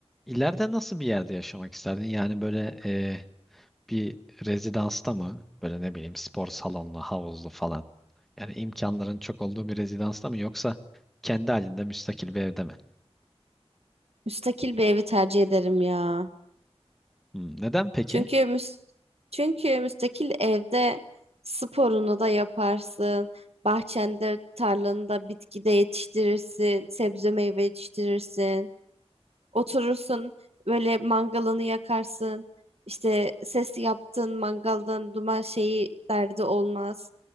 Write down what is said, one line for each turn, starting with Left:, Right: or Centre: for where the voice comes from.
Centre: İleride nasıl bir yerde yaşamak isterdin? Yani böyle e, bir rezidansta mı? Böyle ne bileyim spor salonlu, havuzlu falan. Yani imkanların çok olduğu bir rezidansta mı yoksa kendi halinde müstakil bir evde mi?
Right: Müstakil bir evi tercih ederim ya.
Centre: Hmm, neden peki?
Right: Çünkü müs- çünkü müstakil evde sporunu da yaparsın. Bahçende, tarlanında bitki de yetiştirirsin, sebze meyve yetiştirirsin. Oturursun böyle mangalını yakarsın. İşte ses yaptığın mangaldan duman şeyi derdi olmaz.